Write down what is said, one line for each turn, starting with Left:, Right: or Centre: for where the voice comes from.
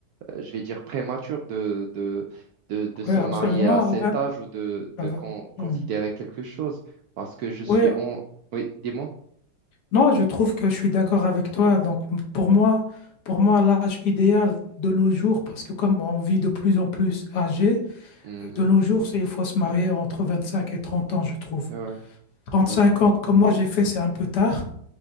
Right: euh, je vais dire prématuré de, de, de, de se
Left: Oui, absolument.
Right: marier à cet
Left: à vingt-
Right: âge ou de,
Left: à
Right: de
Left: vingt-
Right: con- considérer
Left: Mhm.
Right: quelque chose parce que je suis
Left: Ouais.
Right: en... Oui, dis-moi.
Left: non, je trouve que je suis d'accord avec toi. Donc, m- pour moi, pour moi, l'âge idéal de nos jours, parce que comme on vit de plus en plus âgé,
Right: Mhm.
Left: de nos jours, c'est, il faut se marier entre 25 et 30 ans, je trouve.
Right: Ouais,
Left: 35
Right: ouais.
Left: ans, comme moi j'ai fait, c'est un peu tard.